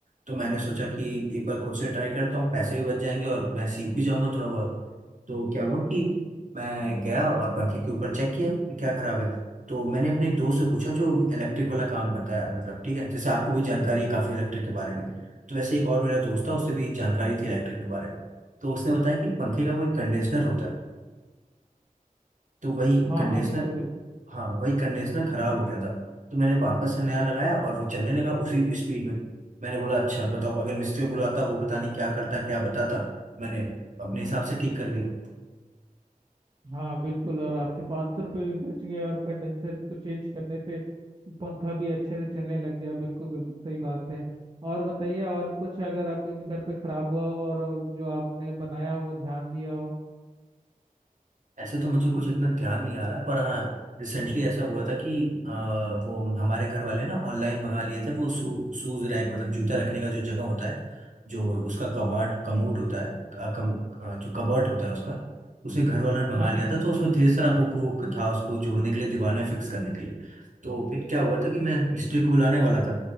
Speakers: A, on the right; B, on the right.
A: तो मैंने सोचा कि एक बार खुद से ट्राई करता हूँ पैसे भी बच जाएंगे और मैं सीख भी जाऊंगा थोड़ा बहुत तो क्या हुआ कि मैं गया और पंखे के ऊपर चेक किया कि क्या खराब है तो मैंने अपने एक दोस्त से पूछा जो इलेक्ट्रिक वाला काम करता है मतलब ठीक है जैसे आपको भी जानकारी है काफ़ी इलेक्ट्रिक के बारे में तो वैसे एक और मेरा दोस्त था उससे भी जानकारी थी इलेक्ट्रिक के बारे में तो उसने बताया कि पंखे का कोई कंडीशनर होता है तो वही
B: हाँ
A: कंडीशनर
B: हाँ बिल्कुल बिल्कुल
A: हाँ वही कंडेंसर खराब हो गया था तो मैंने वापस से नया लगाया और वो चलने लगा उसी स्पीड में मैंने बोला अच्छा बताओ अगर मिस्त्री को बुलाता वो पता नहीं क्या करता क्या बताता मैंने अपने हिसाब से ठीक कर लिया
B: हाँ बिल्कुल और आपके पाँच सौ रुपये भी बच गए और कंडेंसर को चेंज करने से पंखा भी अच्छे से चलने लग गया बिल्कुल बिल्कुल सही बात है और बताइए और कुछ अगर आपके घर पे खराब हुआ हो और जो आपने बनाया हो ध्यान दिया हो
A: ऐसे तो मुझे कुछ इतना ध्यान नहीं आ रहा पर हाँ रिसेंटली ऐसा हुआ था कि अ, वो हमारे घर वाले ना ऑनलाइन मंगा लिए थे वो शू शूज रैक मतलब जूता रखने का जो जगह होता है जो उसका कबाट कमोड होता है अ, कम, अ, जो कबाट होता है उसका उसे घर वालों ने मंगा
B: हाँ
A: लिया
B: हाँ
A: था तो उसमें ढेर सारा हुक वुक था उसको जोड़ने के लिए दीवार में फिक्स करने के लिए तो फिर क्या हुआ था कि मैं मिस्त्री को बुलाने वाला था